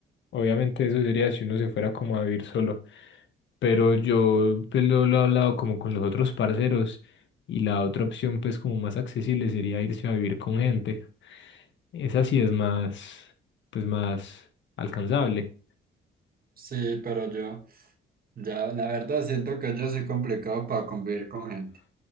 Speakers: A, on the left; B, on the right.
A: obviamente eso sería si uno se fuera como a vivir solo. Pero yo pues lo, lo he hablado como con los otros parceros y la otra opción pues como más accesible sería irse a vivir con gente. Esa sí es más, pues más alcanzable.
B: Sí, pero yo, ya, la verdad siento que yo soy complicado para convivir con gente.